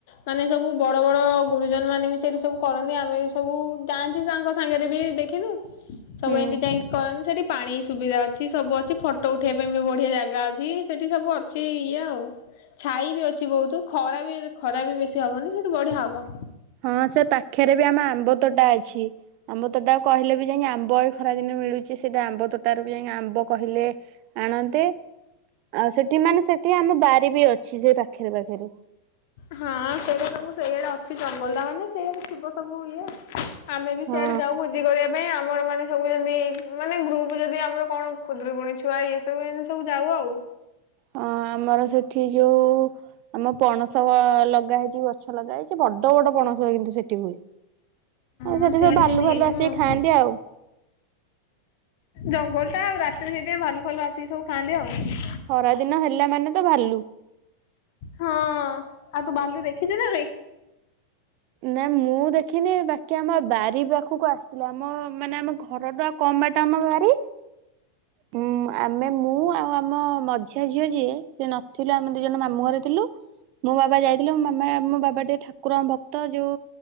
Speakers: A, on the left; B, on the right.
A: ମାନେ ସବୁ ବଡ ବଡ ଗୁରୁଜନ ମାନେ ବି ସେଇଠି ସବୁ କରନ୍ତି ଆମେ ସବୁ ଯାଆନ୍ତି ତାଙ୍କ ସାଙ୍ଗରେ ବି ଦେଖିନୁ? ସବୁ
B: ହୁଁ
A: ଏମିତି ଯାଇକି କରନ୍ତି ସେଠି ପାଣି ସୁବିଧା ଅଛି ସବୁ ଅଛି ଫଟୋ ଉଠେଇବା ପାଇଁ ବି ବଢିଆ ଜାଗା ଅ ଯ ସେଠି ସବୁ ଅଛି ଇଏ ଆଉ ଛାଇ ବି ଅଛି ବହୁତ ଖରା ବି ଖରା ବି ବେଶୀ ହବନି ସେଠୁ ବଢିଆ ହବ।
B: ହଁ ସେ ପାଖରେ ବି ଆମ ଆମ୍ବ ତୋଟା ଅଛି ଆମ୍ବ ତୋଟା କହିଲେ ବି ଯାଇକି ଆମ୍ବ ଏ ଖରା ଦିନେ ମିଳୁଛି ସେଇଟା ଆମ୍ବ ତୋଟାରୁ ବି ଯାଇକି ଆମ୍ବ କହିଲେ ଆଣନ୍ତେ ଆଉ ସେଠି ମାନେ ସେଠି ଆମ ବାରି ବି ଅଛି ସେଇ ପାଖରେ ପାଖରେ।
A: ହଁ ସେଟା ସବୁ ସେଇଆଡା ଅଛି ଜଙ୍ଗଲ ଟା ମାନେ ସେଇଆଡ ଥିବ ସବୁ ଇଏ ଆଉ। ଆମେ ବି
B: ହଁ।
A: ସେଇଆଡେ ଯାଉ ଭୋଜି କରିବା ପାଇଁ। ମାନେ ସବୁ ଯେମିତି ମାନେ ଗ୍ରୁପ ଯଦି ଆମର କଣ ଖୁଦୁରୁକୁଣୀ ଛୁଆ ଏ ସବୁଏମିତି ସବୁ ଯାଉ ଆଉ।
B: ହଁ ଆମର ସେଠି ଯୋଉ ଆମ ପଣସ ଲଗା ହେଇଛି ଗଛ ଲଗା ହେଇଛି ବଡ ବଡ ପଣସ କିନ୍ତୁ ସେଠି ହୁଏ। ଆଉ
A: ହଁ
B: ସେଠି
A: ସିଆଡେ
B: ସବୁ ଭାଲୁ
A: ସେମିତି
B: ଭାଲ
A: ହେଇଥିବ
B: ଆସିକି
A: ଆଉ
B: ଖାଆନ୍ତି ଆଉ।
A: ଜଙ୍ଗଲ ଟା ଆଉ ରାତିରେ ହେଇଥିପାଇଁ ଭାଲୁ ଭଲ ଆସିକି ସବୁ ଖାଆନ୍ତି ଆଉ।
B: ଖରା ଦିନ ହେଲା ମାନେ ତ ଭାଲୁ।
A: ହଁ। ଆଉ ତୁ ଭାଲୁ ଦେଖିଚୁ ନା ନାଇଁ?
B: ନା ମୁଁ ଦେଖିନି ବା କି ଆମ ବାରି ପାଖକୁ ଆସିଥିଲା। ଆମ ମାନେ ଆମ ଘର ଟା ଆଉ କମ୍ ବାଟ ଆମ ବାରି। ହୁଁ ଆମେ ମୁଁ ଆଉ ଆମ ମଝିଆ ଝିଅ ଯିଏ ସେ ନଥିଲୁ ଆମେ ଦି ଜଣ ମାମୁଁ ଘରେ ଥିଲୁ ମୋ ବାବା ଯାଇଥିଲେ ମୋ ମାମା ମୋ ବାବା ଟେ ଠାକୁର ଙ୍କ ଭକ୍ତ ଯୋଉ